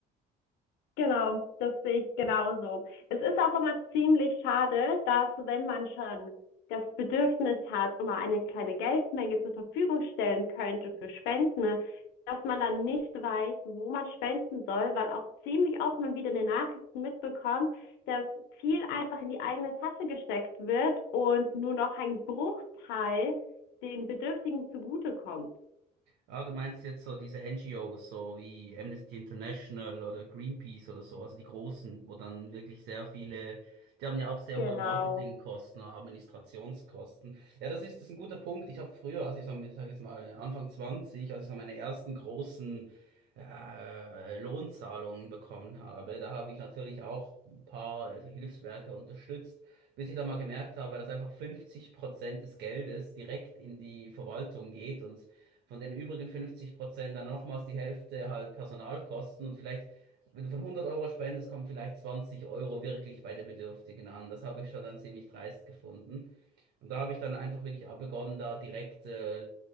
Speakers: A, on the left; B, on the right.
A: Genau, das sehe ich genauso. Es ist auch immer ziemlich schade, dass wenn man schon das Bedürfnis hat und mal eine kleine Geldmenge zur Verfügung stellen könnte für Spenden, dass man dann nicht weiß, wo man spenden soll, weil auch ziemlich oft man wieder in den Nachrichten mitbekommt, dass viel einfach in die eigene Tasche gesteckt wird und nur noch ein Bruchteil den Bedürftigen zugutekommt.
B: Ah, du meinst jetzt so diese NGOs, so wie Amnesty International oder Greenpeace oder so, also die großen, wo dann wirklich sehr viele, die haben ja auch sehr
A: Genau.
B: hohe Marketingkosten, Administrationskosten. Ja, das ist, das ist ein guter Punkt. Ich habe früher, als ich so, ich sag jetzt mal Anfang 20, als ich so meine ersten großen äh, Lohnzahlungen bekommen habe, da habe ich natürlich auch ein paar äh, Hilfswerke unterstützt, bis ich dann mal gemerkt habe, dass einfach 50 Prozent des Geldes direkt in die Verwaltung geht und von den übrigen 50 Prozent dann nochmals die Hälfte halt Personalkosten und vielleicht, wenn du von 100 Euro spendest, kommen vielleicht 20 Euro wirklich bei den Bedürftigen an. Das habe ich schon dann ziemlich dreist gefunden. Und da habe ich dann einfach wirklich auch begonnen, da direkt äh,